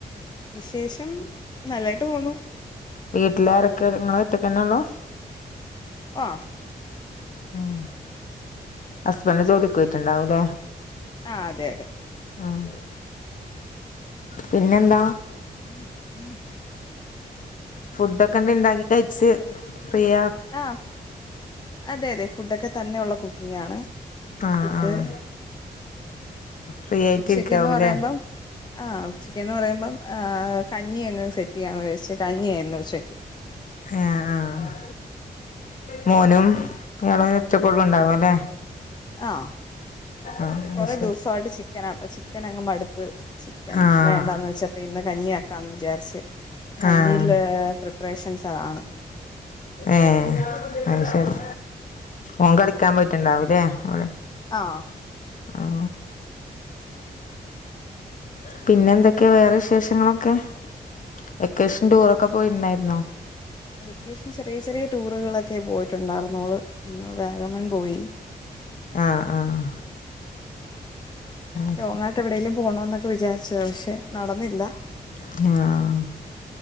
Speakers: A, on the left; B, on the left.
A: വിശേഷം നല്ലായിട്ട് പോന്നു
B: വീട്ടിലാരൊക്കെ നിങ്ങളൊറ്റക്കന്നെ ഉള്ളോ
A: ആഹ്
B: ഉം ഹസ്ബൻഡ് ജോലിക്ക് പോയിട്ടുണ്ടാവൂലേ
A: ആഹ് അതെ അതെ
B: ആഹ് പിന്നെന്താ
A: ഹ ഹും
B: ഫുഡ് ഒക്കെ എന്തെ ഉണ്ടാക്കി കഴിച്ച് പ്രിയ
A: ആഹ് അതെ അതെ ഫുഡൊക്കെ തന്നെള്ള കുക്കിംഗ് ആണ്
B: ആഹ്
A: ഫുഡ്
B: ആഹ് ഫ്രീ ആയിട്ട്
A: ഉച്ചക്ക്ന്ന്
B: ഇരിക്കാവൂല്ലേ
A: പറയുമ്പം ആഹ് ഉച്ചക്ക്ന്ന് പറയുമ്പം കഞ്ഞി അങ്ങ് സെറ്റ് ചെയ്യാന്ന് ചിച്ച കഞ്ഞി ആയിരുന്നു ഉച്ചയ്ക്ക്
B: ആഹ് ആഹ് മോനും ഇയാള ഒച്ചക്കള്ളും ഉണ്ടാവല്ലേ
A: ആഹ്
B: ആഹ് അത്
A: കൊറെ
B: ശരി
A: ദിവസമായിട്ട് ചിക്കനപ്പൊ ചിക്കൻ അങ്ങുമടുത്ത് ചിക്കൻ
B: ആഹ്
A: വേണ്ടാന്ന് വെച്ചപ്പ ഇന്ന് കഞ്ഞി ആക്കാന്ന് വിചാരിച്ച് കഞ്ഞിൽ
B: ആഹ്
A: അങ്‌ ത്രി ഓ പ്രഷൻ സർ ആണ്
B: ഏഹ് അത് ശരി ഓന് കളിക്കാൻ പോയിട്ടുണ്ടാവലേ അവിടെ
A: ആ
B: ആ പിന്നെന്തൊക്കെ വേറെ വിശേഷങ്ങളൊക്കെ വെക്കേഷൻ ടൂറൊക്കെ പോയിണ്ടായിരുന്നോ
A: വെക്കേഷൻ ചെറിയ ചെറിയ ടൂറുകളൊക്കെ പോയിട്ടുണ്ടായിരുന്നോള് ഒന്ന് വേഗമൺ പോയി
B: ആഹ് ആഹ് ആഹ്
A: ലോങ്ങായിട്ട് എവിടെേങലും പോണോ എന്നൊക്കെ വിചാരിച്ചത് പക്ഷെ നടന്നില്ല
B: ആഹ്